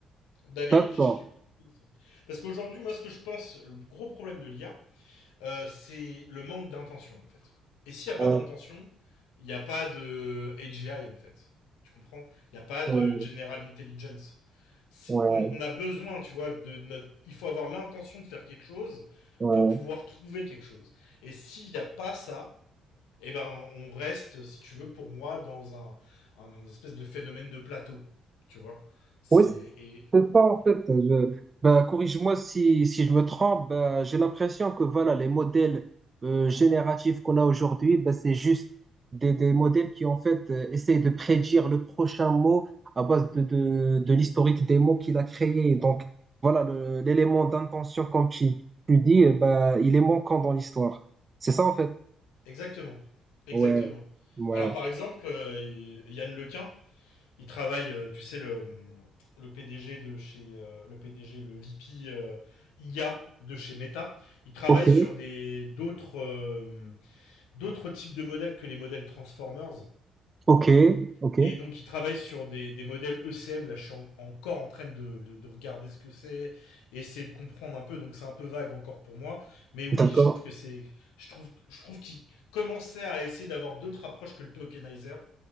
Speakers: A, on the left; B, on the right.
A: d'aller
B: D'accord.
A: chercher plus de connaissances. Parce qu'aujourd'hui, moi, ce que je pense, le gros problème de l'IA, euh, c'est le manque d'intention, en fait. Et s'il n'y
B: Ouais,
A: a pas d'intention, il n'y a pas de AGI, en fait. Tu comprends Il n'y a pas
B: ouais,
A: de General Intelligence. C'est-
B: ouais.
A: On, on a besoin, tu vois, de notre... Il faut avoir l'intention de faire quelque chose
B: ouais.
A: pour pouvoir trouver quelque chose. Et s'il n'y a pas ça, eh ben, on reste, si tu veux, pour moi, dans un, un espèce de phénomène de plateau. Tu vois C'est.
B: Oui,
A: et-
B: c'est ça en fait. Je, ben, corrige-moi si, si je me trompe. Ben, j'ai l'impression que voilà, les modèles euh, génératifs qu'on a aujourd'hui, ben, c'est juste des, des modèles qui en fait euh, essayent de prédire le prochain mot à base de, de, de l'historique des mots qu'il a créé. Donc voilà, le- l'élément d'intention, comme tu, tu dis, eh ben, il est manquant dans l'histoire. C'est ça en fait.
A: Exactement. Exactement.
B: Ouais, ouais.
A: Alors, par exemple, euh, y- Yann Lequin, il travaille, euh, tu sais, le, le PDG de chez. euh, le PDG, le VP euh, IA de chez Meta. Il travaille
B: Ok,
A: sur des d'autres euh, d'autres types de modèles que les modèles Transformers.
B: ok, ok.
A: Et donc, ils travaillent sur des, des modèles ECM. Là, je suis en- encore en train de, de- de regarder ce que c'est, et essayer de comprendre un peu. Donc, c'est un peu vague encore pour moi. Mais oui,
B: D'accord.
A: je trouve que c'est. Je trouve, je trouve qu'ils commençaient à essayer d'avoir d'autres approches que le tokenizer